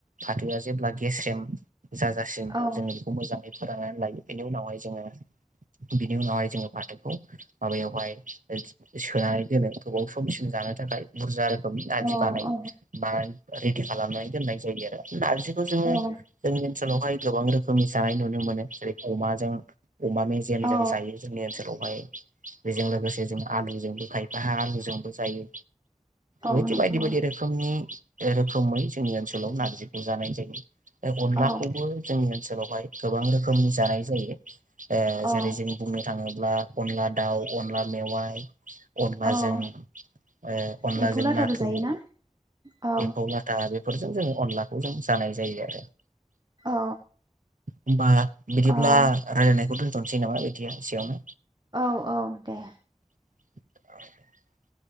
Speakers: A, on the right; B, on the right.
A: फाथोआ जेब्ला गेस्रेम जाजासिम
B: औ
A: जोङो बेखौ मोजां फोराननानै लायो। बेनि उनावहाय जोङो बिनि उनावहाय जोङो फाथोखौ माबायावहाय सोनानै दोनो गोबाव समसिम जानो थाखाय बुरजा नारजि
B: औ
A: बानायो, बानाय रेदि खालामनानै दोननाय जायो आरो नारजि जोङो जोंनि
B: औ
A: ओनसोलावहाय गोबां रोखोमनि जानाय नुनो मोनो जेरै अमाजों अमा मेजेम
B: औ
A: जों जायो जोंनि ओनसोलाव ओमफाय बेजों लोगोसे जों आलुजोंबो खायफा आलुजोंबो जायो।
B: औ
A: बेदि
B: नंगौ
A: बायदि बायदि रोखोमनि बे रोखोमै जोंनि ओनसोलाव नारजिखौ जानाय जायो। बे अनलाखौबो
B: औ
A: जोंनि ओनसो लावहाय गोबां रोखोमनि जानाय जायो। ओ
B: औ
A: जेरै जों बुंनो थाङोब्ला अनला दाउ अनला मेवाइ अनलाजों
B: औ
A: ओ अनलाजों
B: एम्फौ लाथाबो
A: नाथुर
B: जायोना औ
A: एम्फौ लाथा फोरजों जोङो अनलाखौ जों जानाय जायो आरो।
B: औ
A: होमबा बिदिब्ला
B: औ
A: रायलायनायखौ दोन थ'नोसै नामा बिदिया एसेयावनो।
B: औ औ दे।
A: औ